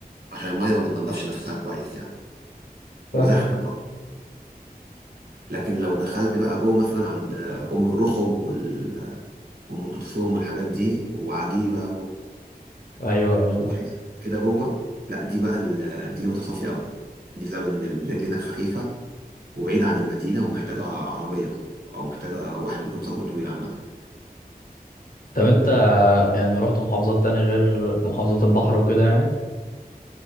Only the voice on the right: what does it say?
عشان الميه ما بتنضفش نفسها كويس يعني وزحمه
برضه
لكن لو دخلت بقى جوه مثلا عند ام الرخم وال- وام كلثوم والحاجات دي وعجيبه
واحنا كده جوه لا دي بقى ال... دي اللي متصافية قوي دي بسبب ان الرجل هناك خفيفة وبعيدة عن المدينة ومحتاجة عربية او محتاجة واحد بيكون صبره طويل عامة